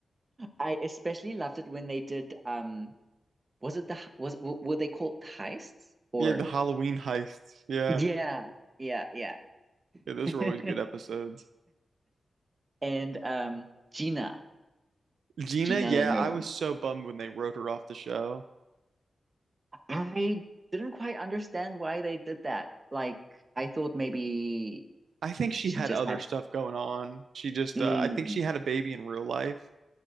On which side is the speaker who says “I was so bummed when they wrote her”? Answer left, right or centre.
Right